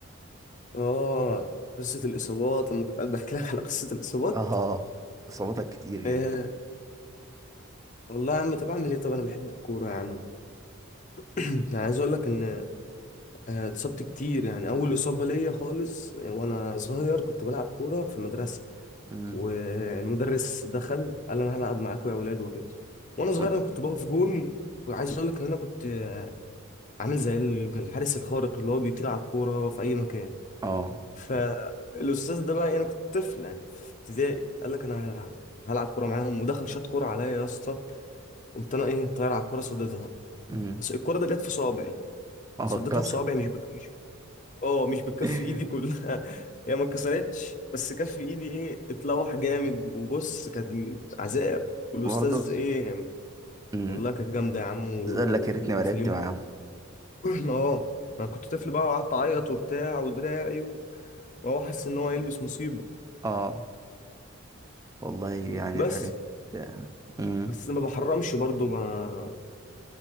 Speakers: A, on the left (about 35°); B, on the right (about 15°).
A: اه قصة الإصابات لما كنت قاعد بحكي لك على قصة الإصابات
B: اه اصابتك كتير جدا
A: إيه والله يا عم طب أعمل إيه طب أنا بحب الكورة يا عم <clears throat> أنا عايز أقول لك إن آه، اتصبت كتير يعني أول إصابة ليا خالص آه، وأنا صغير كنت بلعب كورة في المدرسة
B: امم
A: والمدرس دخل قال أنا هلعب معاكم يا ولاد وكده وأنا صغير
B: و-
A: أنا كنت بقف جون وعايز أقول لك إن أنا كنت آه، عامل زي الحارس الخارق اللي هو بيطير على الكورة في أي مكان
B: اه
A: فالاستاذ ده بقى يعني انا كنت طفل يعني في ابتدائي قال لك انا هلعب كوره معاهم ودخل شاط كوره عليا يا اسطى قمت انا ايه طاير على الكوره صديتها
B: امم
A: بس الكوره ده جت في صوابعي
B: اه
A: صديتها
B: اتكسر
A: بصوابعي مش بكفي اه مش بكف
B: <laughs>
A: ايدي كلها <laughs> هي ما اتكسرتش بس كف ايدي ايه اتلوح جامد وبص كان عذاب والاستاذ
B: برضه
A: ايه
B: امم
A: والله كانت جامده يا عم و-
B: قال لك يا ريتني ما
A: وفي
B: لعبت
A: اليوم
B: معاهم
A: ده <clears throat> اه انا كنت طفل بقى وقعدت اعيط وبتاع ودراعي وهو حاسس ان هو هيلبس مصيبه
B: اه والله يعني
A: بس
B: الحاجات امم
A: بس ما بحرمش برضو ما